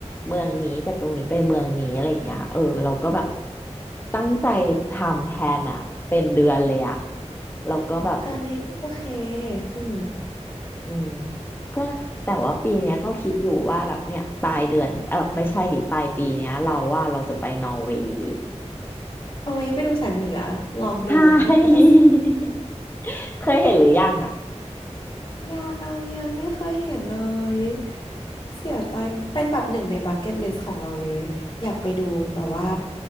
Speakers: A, on the left (about 15°); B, on the left (about 45°).
A: เมืองนี้จากตรงนี้ไปเมืองนี้อะไรอย่างเงี้ยเออเราก็แบบตั้งใจทำแพลนอะเป็นเดือนเลยอะแล้วก็แบบ
B: เอ้ยโอเคอืม
A: อืมก็แต่ว่าปีเนี้ยก็คิดอยู่ว่าแบบเนี่ยปลายเดือนเออไม่ใช่ดิปลายปีเนี้ยเราว่าเราจะไปนอร์เวย์
B: โอ้ยไปดูแสงเหนือลองดูน่าจะสวย
A: ใช่ <laughs> เคยเห็นหรือยังอ่ะ
B: ยังยังไม่เคยเห็นเลยเสียใจนิดเป็นแบบหนึ่งในบักเก็ตลิสต์ของเราเลยอยากไปดูแต่ว่า